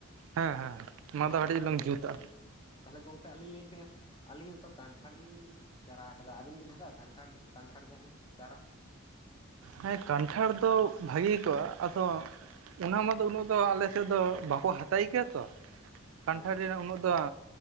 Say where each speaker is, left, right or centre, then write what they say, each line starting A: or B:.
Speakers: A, on the right; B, on the left.
A: ᱦᱮᱸ
B: ᱾
A: ᱦᱮᱸ ᱚᱱᱟ
B: ᱱᱚᱣᱟ
A: ᱫᱚ
B: ᱜᱮ
A: ᱠᱟᱹᱴᱤᱡ
B: ᱮᱠᱫᱚ
A: ᱞᱟᱝ
B: ᱮᱠᱫᱚᱢ
A: ᱡᱩᱛᱟ
B: <unintelligible> ᱛᱟᱦᱚᱠᱮ ᱜᱚᱝᱠᱮ ᱟᱞᱤᱧ ᱞᱟᱹᱭᱮᱫ ᱛᱟᱦᱮᱸᱜᱼᱟ ᱟᱹᱞᱤᱧ ᱧᱤᱛᱚᱜ ᱠᱟᱱᱴᱷᱟᱲ ᱞᱤᱧ ᱪᱟᱨᱟ ᱠᱟᱫᱟ ᱟᱹᱵᱤᱱ ᱵᱤᱱ ᱦᱟᱛᱟᱣᱟ ᱠᱟᱱᱴᱷᱟᱲ ᱠᱟᱱᱴᱷᱟᱲ ᱡᱟᱝ ᱪᱟᱨᱟ?
A: ᱦᱮᱸ, ᱠᱟᱱᱴᱷᱟᱲ ᱫᱚ ᱵᱷᱟᱜᱮ ᱠᱚᱜᱼᱟ, ᱟᱫᱚ ᱚᱱᱟ ᱢᱟᱫᱚ ᱩᱱᱟᱹᱜ ᱫᱚ ᱟᱞᱮᱥᱮᱫ ᱫᱚ ᱵᱟᱠᱚ ᱦᱟᱛᱟᱭ ᱜᱮᱭᱟ ᱛᱚ, ᱠᱟᱱᱴᱷᱟᱲ
B: ᱚ
A: ᱡᱟᱝ ᱩᱱᱟᱹᱜ ᱫᱚ ᱟ